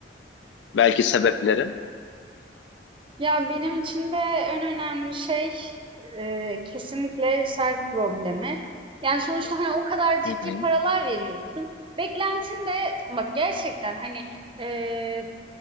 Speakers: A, on the left; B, on the right.
A: belki sebeplerin?
B: Ya benim için de en önemli şey eee, kesinlikle self problemi. Yani sonuçta hani o kadar ciddi
A: Hı hı,
B: paralar veriyorsun. Beklentin de bak gerçekten hani eee